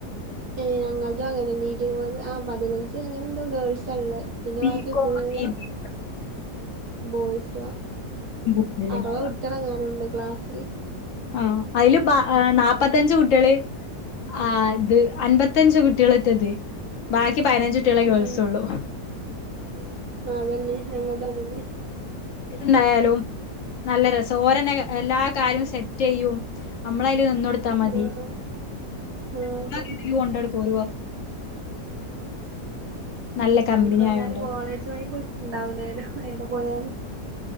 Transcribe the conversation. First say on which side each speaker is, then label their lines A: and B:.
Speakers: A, on the right; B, on the left.
A: ഏഹ് ഞങ്ങൾതും അങ്ങനെന്നെ ഇരുപത് ആഹ് പതിനഞ്ച് അങ്ങനെന്തോ ഗേൾസാള്ളേ പിന്നെ
B: ബികോം,
A: ബാക്കി ഫുള്ള്
B: ബിബിഎ
A: ബോയ്സുവാ
B: കൂടുതലുണ്ടാവാ.
A: അറുപത് കുട്ട്യളെങ്ങാനുണ്ട് ക്ലാസ്സില്
B: ആഹ് അയല് ബാ ഏഹ് നാപ്പത്തഞ്ച് കുട്ട്യേള് ആഹ് ഇത് അൻപത്തഞ്ച് കുട്ടികളറ്റത് ബാക്കി പതിനഞ്ച് കുട്ട്യളേ ഗേൾസൊള്ളൂ
A: ഉം അതന്നെ ഞങ്ങൾതും അങ്ങനെന്നെ
B: ണ്ടായാലും നല്ല രസ ഓരന്നെ എല്ലാ കാര്യും സെ റ്റെയ്യും നമ്മളയ്ല് നിന്നൊട് ത്താ മതി
A: ആഹ് ആഹ്
B: നമ്മളാ
A: അതന്നെ
B: രീതീല് കൊണ്ടടുക്കും ഓല് നല്ല കമ്പനി
A: ഇഞ്ഞ്പ്പെന്തായാലും
B: ആയോണ്ട്.
A: കോളേജ് വൈബ് ഇണ്ടാവൂലേലൊ ഏടെ പോയാലും